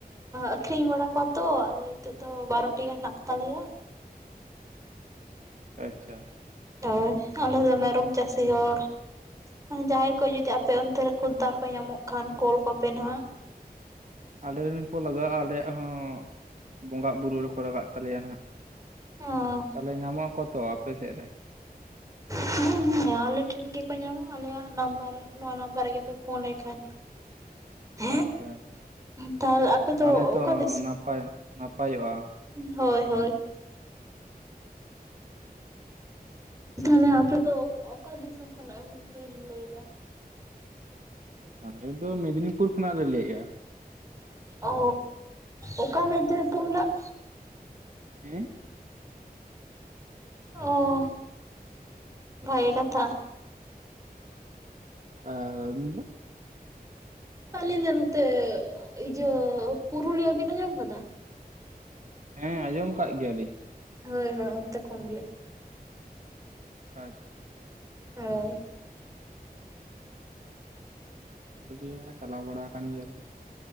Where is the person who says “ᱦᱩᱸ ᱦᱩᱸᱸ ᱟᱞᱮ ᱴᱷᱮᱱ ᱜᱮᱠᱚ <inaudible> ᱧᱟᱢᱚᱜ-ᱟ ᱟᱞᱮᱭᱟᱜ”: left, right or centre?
Right